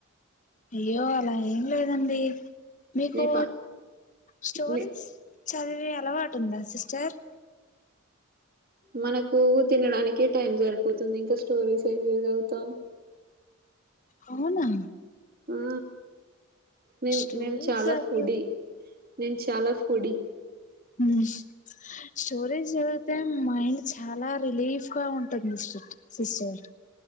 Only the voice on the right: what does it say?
మీ ప
మీ
మనకు తినడానికే టైం జరిపోతుంది ఇంక స్టోరీస్ ఏం చదువుతాం ఒహో
ఆ మేం
మేం చాలా
ఫుడ్డి, నేన్ చాలా ఫుడ్డి